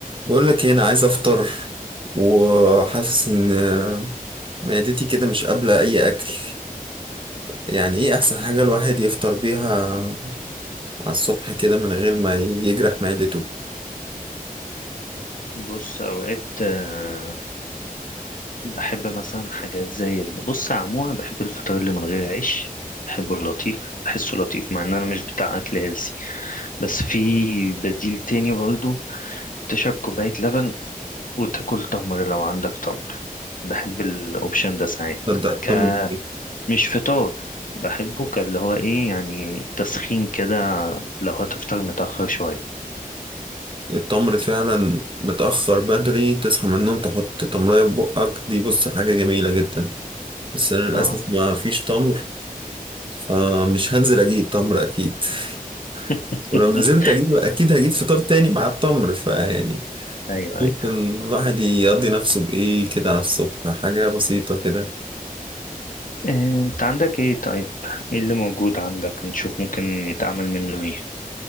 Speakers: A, on the right; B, on the left.
A: بقول لك هنا عايز افطر وحاسس ان معدتي كده مش قابلة اي اكل يعني ايه احسن حاجة الواحد يفطر بيها على الصبح كده من غير ما يجرح معدته
B: بص اوقات آه، بحب مثلا حاجات زي ال- بص عموما بحب الفطار اللي من غير عيش بحبه اللطيف بحسه لطيف مع ان انا مش بتاع اكل هيلسي بس في بديل تاني برضه تشرب كوباية لبن وتاكل تمر لو عندك تمر بحب الاوبشن ده ساعات
A: تبدأ التمر
B: ك مش فطار بحبه كاللي هو ايه يعني تسخين كده لو هتفطر متأخر شوية
A: التمر فعلا متأخر بدري تصحى من النوم تحط تمرية في بقك دي بص حاجة جميلة جدا بس انا للاسف
B: اه
A: ما فيش تمر فمش هنزل اجيب تمر اكيد <laughs>
B: <laughs>
A: ولو نزلت اجيب اكيد هجيب فطار تاني مع التمر فيعني
B: ايوه
A: ممكن
B: ايوه
A: الواحد يقضي نفسه بإيه كده على الصبح حاجة بسيطة كده
B: إيه، انت عندك ايه طيب ايه اللي موجود عندك نشوف ممكن يتعمل منه ايه